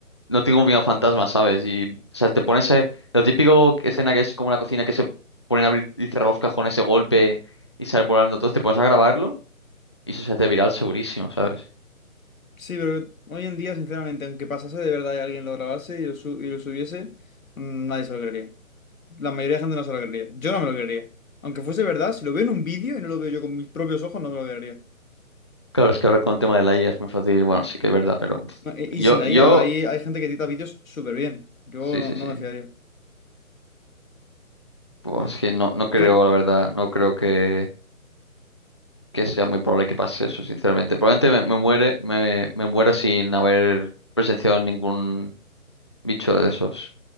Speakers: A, on the left; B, on the left.
A: no tengo miedo a fantasmas, ¿sabes? Y, o sea, te pones eh, lo típico escena que es como la cocina que se ponen a abrir y cerrar los cajones ese golpe y sale volando todo, te pones a grabarlo y eso se hace viral segurísimo, ¿sabes?
B: Sí, pero hoy en día, sinceramente, aunque pasase de verdad y alguien lo grabase y lo, su- y lo subiese, mm, nadie se lo creería. La mayoría de gente no se lo creería. Yo no me lo creería. Aunque fuese verdad, si lo veo en un vídeo y no lo veo yo con mis propios ojos, no me lo creería.
A: Claro, es que ahora con el tema de la IA es muy fácil. Bueno, sí que es verdad, pero pf,
B: No, e- y
A: yo,
B: sin la
A: yo,
B: IA, hay, hay gente que edita vídeos súper bien. Yo
A: sí,
B: no,
A: sí, sí.
B: no me fiaría.
A: Pues es que no, no creo,
B: Tú-
A: la verdad, no creo que, que sea muy probable que pase eso, sinceramente. Probablemente me, me muere, me, me muera sin haber presenciado ningún bicho de esos,